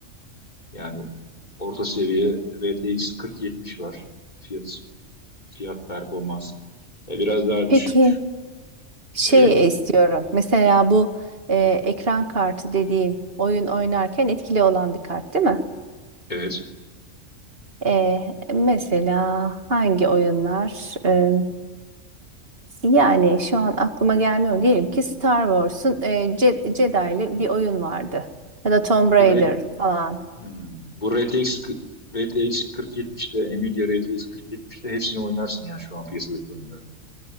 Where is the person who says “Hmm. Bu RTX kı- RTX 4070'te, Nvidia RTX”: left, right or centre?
Left